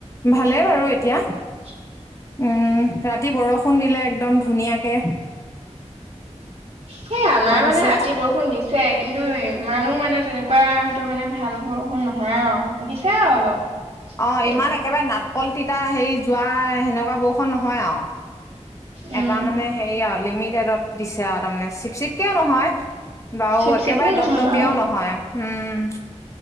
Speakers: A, on the left; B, on the right.
A: ভালে বাৰু এতিয়া।
B: <inaudible>
A: উম ৰাতি বৰষুণ দিলে একদম ধুনীয়াকে।
B: সেই আমাৰ
A: তাৰপিছত
B: মানে ৰাতি বৰষুণ দিছে কিন্তু ইমানো মানে তেনেকুৱা। টো মানে ভাল বৰষুন নহয় আৰু দিছে আৰু অলপ।
A: অ
B: তেও
A: ইমান একেবাৰে নাটকল তিতা হেৰি যোৱা সেনেকুৱা বৰষুণ নহয় আৰু।
B: উম
A: এটা মানে হেৰি আৰু লিমিটেডত দিছে আৰু তাৰমানে চিপ চিপকেও নহয়। বাৰু
B: চিপ
A: একেবাৰে
B: চিপো নহয়
A: দপ দপীয়াও
B: বাৰু
A: নহয় হম।